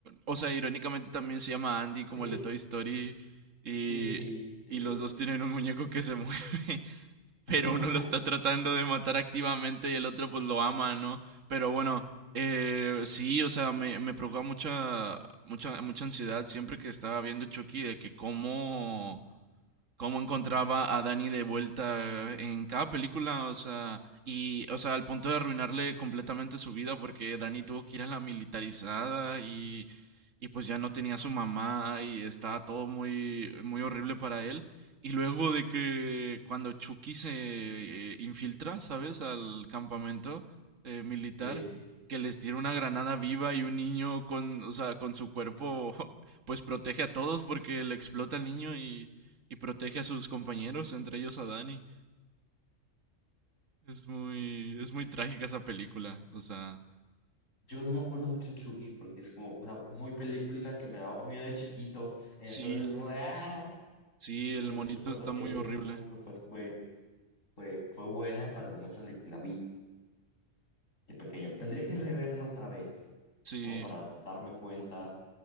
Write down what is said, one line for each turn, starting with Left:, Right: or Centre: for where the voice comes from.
Right: o sea, irónicamente también se llama Andy como
Left: Sí,
Right: el de Toy Story y,
Left: sí, sí, sí
Right: y los
Left: es.
Right: dos tienen un muñeco que se mueve. <laughs> pero
Left: <laughs>
Right: uno lo está tratando de matar activamente y el otro pues lo ama, ¿no? Pero bueno, eh, sí, o sea, me, me provoca mucha, mucha, mucha ansiedad siempre que estaba viendo Chucky de que cómo cómo encontraba a Danny de vuelta en cada película, o sea, y, o sea, al punto de arruinarle completamente su vida porque Danny tuvo que ir a la militarizada y, y pues ya no tenía a su mamá y estaba todo muy, muy horrible para él. Y luego de que cuando Chucky se eh, infiltra, ¿sabes? Al campamento eh, militar,
Left: Sí.
Right: que les tira una granada viva y un niño con, o sea, con su cuerpo, <laughs> pues protege a todos porque le explota al niño y, y protege a sus compañeros, entre ellos a Dani. Es muy, es muy trágica esa película. O sea,
Left: Yo no me acuerdo mucho de Chucky porque es como, o sea, muy película que me daba miedo de chiquito. Entonces,
Right: sí,
Left: como de, ¡ah!
Right: sí, el
Left: Pero
Right: monito
Left: sí recuerdo
Right: está
Left: que
Right: muy
Left: en
Right: horrible.
Left: ese momento pues fue, fue, fue buena para el momento en el que la vi de pequeño. Tendría que reverla otra vez,
Right: Sí,
Left: como para darme cuenta